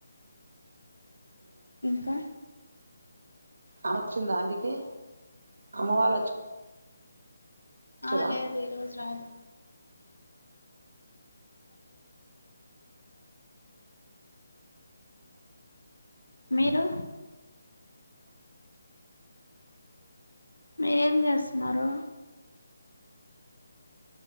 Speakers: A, on the left (about 85°); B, on the right (about 60°).
A: ఇంకా
B: ఆమె వచ్చిందా ఇంటికి అమ్మ వాళ్ళు వచ్చి వచ్చారా
A: ఆ లేదు ఈ రోజు రాదు మీరు మీరేం చేస్తున్నారు